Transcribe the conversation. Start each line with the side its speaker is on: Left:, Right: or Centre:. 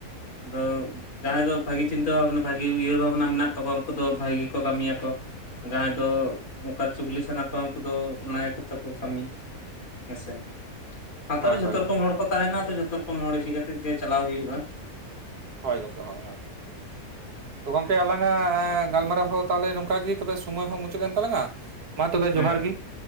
Left: ᱟᱫᱚ ᱡᱟᱦᱟᱸᱭ ᱫᱚ ᱵᱷᱟᱜᱤ ᱪᱤᱱᱛᱟᱹ ᱵᱷᱟᱵᱱᱟ ᱵᱷᱟᱜᱤ ᱩᱭᱦᱟᱹᱨ ᱵᱷᱟᱵᱽᱱᱟ ᱢᱮᱱᱟᱜ ᱛᱟᱠᱚᱣᱟ ᱩᱱᱠᱩ ᱫᱚ ᱵᱷᱟᱜᱤ ᱜᱮᱠᱚ ᱠᱟᱹᱢᱤᱭᱟᱠᱚ᱾ ᱡᱟᱦᱟᱸᱭ ᱫᱚ ᱚᱝᱠᱟ ᱪᱩᱜᱽᱞᱤ ᱥᱟᱱᱟ ᱠᱚᱣᱟ ᱩᱝᱠᱩ ᱫᱚ ᱚᱱᱟ ᱜᱮᱠᱚ ᱛᱟᱨ ᱯᱚᱨ ᱠᱟᱹᱢᱤ ᱦᱮᱸ ᱥᱮ, ᱥᱟᱶᱛᱟᱨᱮ
Right: ᱦᱳᱭ
Left: ᱡᱷᱚᱛᱚ
Right: ᱦᱳᱭ ᱜᱚᱝᱠᱮ
Left: ᱨᱚᱠᱚᱢ ᱦᱚᱲ ᱠᱚ ᱛᱟᱦᱮᱱᱟ ᱛᱚ, ᱡᱷᱚᱛᱚ ᱨᱚᱠᱚᱢ ᱦᱚᱲ ᱤᱫᱤ ᱠᱟᱛᱮᱜ ᱜᱮ ᱪᱟᱞᱟᱣ ᱦᱩᱭᱩᱜ-ᱟ᱾
Right: ᱦᱳᱭ ᱜᱚᱝᱠᱮ, ᱦᱳᱭ ᱦᱳᱭ᱾ ᱜᱚᱝᱠᱮ ᱟᱞᱟᱝᱟᱜ ᱜᱟᱞᱢᱟᱨᱟᱣ ᱦᱚᱸ ᱛᱟᱦᱞᱮ ᱱᱚᱝᱠᱮ, ᱛᱟᱦᱞᱮ ᱥᱚᱢᱚᱭ ᱦᱚᱸ ᱢᱩᱪᱟᱹᱫ ᱮᱱ ᱛᱟᱞᱟᱝᱟ᱾ ᱢᱟ ᱛᱚᱵᱮ
Left: ᱦᱮᱸ,
Right: ᱡᱚᱦᱟᱨ ᱜᱮ